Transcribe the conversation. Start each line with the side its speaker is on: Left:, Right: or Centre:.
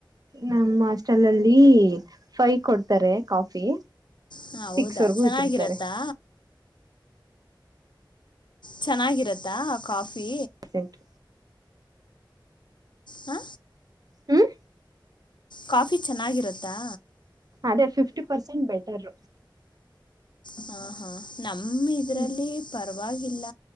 Right: ನಮ್ಮ್ ಹಾಸ್ಟೆಲ್ ಅಲ್ಲಿ ಫೈ ಕೊಡ್ತಾರೆ ಕಾಫಿ
Left: ಹ ಹೌದಾ
Right: ಸಿಕ್ಸ್ ವರೆಗೂ
Left: ಚೆನ್ನಾಗಿರತ್ತಾ
Right: ಇಟ್ಟಿರ್ತಾರೆ
Left: ಚೆನ್ನಾಗಿರತ್ತಾ ಕಾಫಿ
Right: ತ್ಯಂ ಯು
Left: ಹಾ
Right: ಹ್ಮ್
Left: ಕಾಫಿ ಚೆನ್ನಾಗಿರುತ್ತಾ
Right: ಅದೇ ಫಿಫ್ಟಿ ಪರ್ಸೆಂಟ್ ಬೆಟರ್
Left: ಹ ಹಾ ನಮ್ಮ ಇದ್ರಲ್ಲಿ
Right: ಹ್ಮ್
Left: ಪರವಾಗಿಲ್ಲ